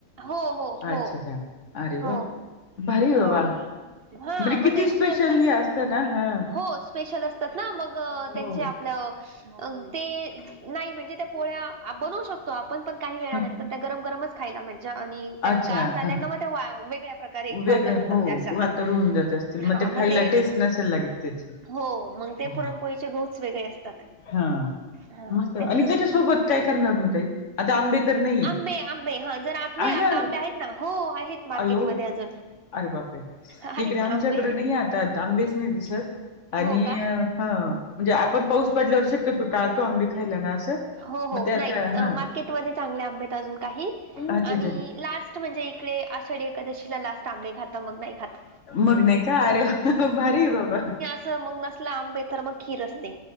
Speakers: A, on the right; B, on the left.
A: हो हो हो
B: अच्छा अच्छा अरे वा
A: हो.
B: भारी आहे
A: हा
B: बाबा म्हणजे
A: मग
B: किती
A: त्यां
B: स्पेशल
A: अस
B: हे असतं ना हा
A: हो. स्पेशल असतात ना मग त्यांचे
B: हो
A: आपलं ते नाही म्हणजे त्या पोळ्या बनवू शकतो आपण पण काही वेळानंतर
B: हं,
A: त्या गरम गरमच खायला मजा आणि
B: अच्छा
A: गार झाल्या
B: हा
A: का
B: हा
A: मग वाळ वेगळ्या प्रकारे
B: वेगळं
A: वातड होतात
B: हो
A: त्याश
B: वातड
A: ह
B: होऊन जात असतील
A: हा मग
B: खायला
A: ते.
B: टेस्ट नसेल लागेल त्याची
A: हो मग
B: हो
A: ते पुरणपोळीचे
B: हो
A: गहु वेगळे असतात.
B: हा
A: हा
B: मस्त
A: त्याच्या
B: आणि त्याच्यासोबत काय करणार म ताई आता आंबे तर नाहीये
A: आंबे आंबे हा जर नाही
B: आहे
A: आता आंबे आहेत ना हो आहेत मार्केट
B: अयो
A: मध्ये अजून
B: अरे बापरे
A: आहेत
B: इकडे आमच्याकडे
A: ना आंबे
B: नाही आता आंबेच नाही दिसत आणि
A: हो का
B: ह म्हणजे आपण पाऊस पडल्यावर शक्यतो टाळतो आंबे खायला ना असं
A: हो हो
B: मग ते आता
A: नाही
B: हा
A: मार्केट मध्ये चांगले आंबे आहेत आजुन काही
B: अच्छा
A: आणि
B: अच्छा
A: लास्ट म्हणजे इकडे आषाढी एकादशी ला लास्ट आंबे खात मग नाही खात
B: मग नाही का अरे भारी आहे बाबा
A: च मग नसलं आंबे तर मग खीर असते